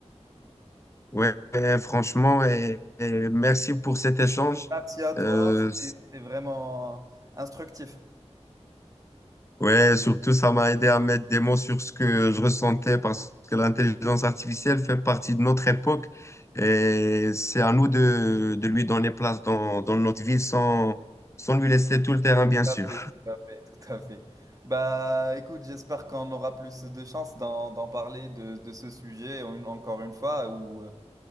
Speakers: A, on the left; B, on the right.
A: Ouais, franchement, et, et merci pour cet échange.
B: Merci à toi,
A: Euh,
B: c'était c'était vraiment instructif.
A: Ouais, surtout, ça m'a aidé à mettre des mots sur ce que je ressentais parce que l'intelligence artificielle fait partie de notre époque et c'est à nous de, de lui donner place dans, dans notre vie sans, sans lui laisser tout le terrain, bien sûr.
B: Tout à fait, tout à fait, tout à fait. Bah écoute, j'espère qu'on aura plus de chance d'en d'en parler de, de ce sujet en- encore une fois, ou euh,